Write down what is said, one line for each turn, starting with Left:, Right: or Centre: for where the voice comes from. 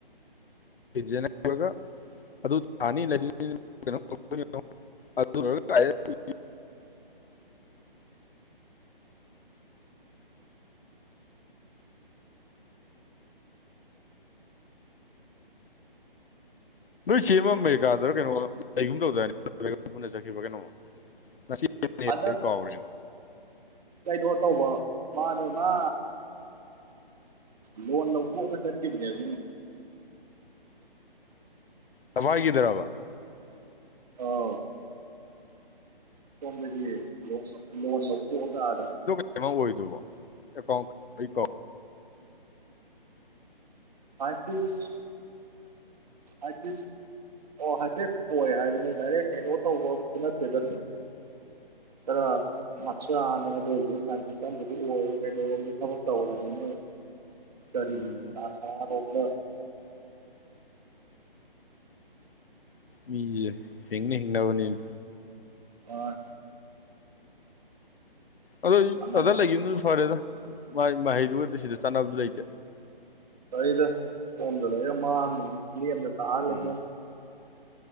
Left: <unintelligible> ꯑꯗꯨ ꯊꯥꯅꯤ <unintelligible> ꯅꯣꯏ ꯆꯦ ꯑꯃ ꯑꯃꯦꯔꯤꯀꯥꯗꯔ ꯀꯩꯅꯣ ꯂꯩꯒꯨꯝ ꯇꯧꯗꯥꯏꯅ‌ꯦ <unintelligible> ꯄꯨꯟꯅ ꯆꯠꯈꯤꯕ꯭ꯔꯥ ꯀꯩꯅꯣꯃ ꯂ‌ꯣꯏ
Right: ꯍꯟꯗꯛ
Left: ꯀꯥꯎꯈꯔ‌ꯦ
Right: ꯀꯩꯅꯣ ꯇꯧꯕ ꯃꯥꯅꯦ ꯃꯥ ꯂꯣꯟ ꯂꯧꯊꯣꯛꯑꯒ ꯆꯠꯈꯤꯗ꯭ꯔ‌ꯦ ꯑꯗꯨꯅ
Left: ꯀꯋꯥꯏꯒꯤꯗꯔ‌ꯣ
Right: ꯑꯥꯎ ꯁꯣꯝꯗꯒꯤ ꯂꯣꯟ ꯂꯣꯟ ꯂꯧꯊꯣꯛꯑꯒ ꯑꯥꯗ
Left: ꯀꯩꯅꯣ ꯑꯣꯏꯗꯣ ꯑꯦꯀꯥꯎ ꯑꯩ
Right: ꯄꯆꯤꯁ ꯑꯥꯇꯤꯁ ꯑꯣ ꯍꯥꯏꯐꯦꯠ ꯑꯣꯏ ꯍꯥꯏꯕꯅꯦ ꯗꯥꯏꯔꯦꯛ ꯀꯩꯅꯣ ꯇꯧꯕꯇ ꯅꯠꯇꯦꯗ ꯑ ꯃꯆꯥꯅꯦ ꯑꯗꯨ ꯑꯣꯏ ꯁꯟꯇꯤ ꯆꯟꯕꯗꯤ ꯑꯣꯏꯔꯦ ꯀꯩꯅꯣꯔꯣꯝꯗꯤ ꯊꯕꯛ ꯇꯧꯋꯦ ꯍꯥꯏꯕ ꯅꯣꯏ ꯀꯔꯤ
Left: ꯎꯝ
Right: ꯔꯣꯕꯂ
Left: ꯃꯤꯦ ꯍꯤꯡꯅ ꯍꯤꯡꯅꯕꯅꯕꯅꯤ
Right: ꯑꯣ
Left: ꯑꯗꯣ
Right: ꯑꯉꯝꯕꯅꯤ
Left: ꯑꯗꯥ ꯂꯩꯈꯤꯕꯗꯨꯁꯨ ꯐꯔꯦꯗ ꯃꯍꯩꯗꯨꯒꯗꯤ ꯁꯤꯗ ꯆꯥꯟꯅꯕꯁꯨ ꯂꯩꯇꯦ
Right: ꯐꯩꯗ ꯁ‌ꯣꯝꯗ ꯂꯩꯔꯒ ꯃꯥꯡꯅꯕꯅꯤ ꯂꯦꯝꯅ ꯊꯥꯔꯒ
Left: ꯎꯝ
Right: ꯂꯩꯅ